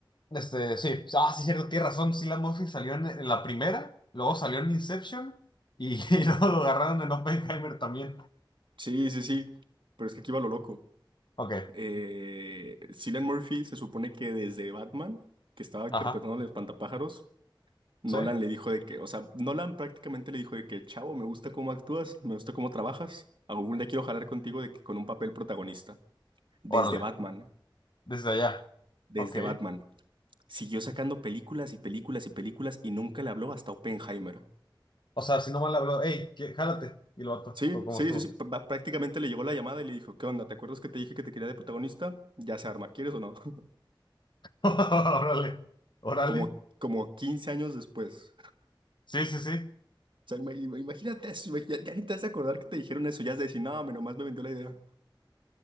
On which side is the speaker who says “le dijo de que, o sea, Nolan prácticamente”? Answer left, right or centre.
Right